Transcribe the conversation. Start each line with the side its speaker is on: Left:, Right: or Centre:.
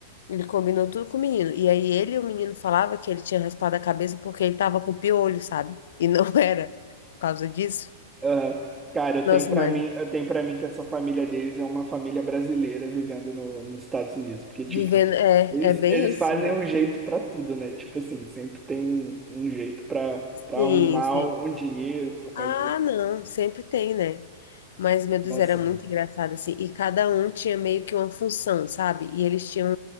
Left: Ele combinou tudo com o menino. E aí ele e o menino falava que ele tinha raspado a cabeça porque ele tava com piolho, sabe? E não <laughs> era por causa disso.
Right: Aham. Cara, eu
Left: Nossa,
Right: tenho pra
Left: mas
Right: mim, eu tenho para mim que essa família deles é uma família brasileira vivendo no, nos Estados Unidos, porque tipo,
Left: vivendo é,
Right: eles,
Left: é bem
Right: eles
Left: isso,
Right: fazem
Left: né?
Right: um jeito pra tudo, né? Tipo assim, sempre tem um, um jeito pra para
Left: Sim,
Right: arrumar
Left: sim.
Right: um dinheiro pra fazer
Left: Ah, não, sempre tem, né? Mas, meu Deus,
Right: ação.
Left: era muito engraçado, assim. E cada um tinha meio que uma função, sabe? E eles tinham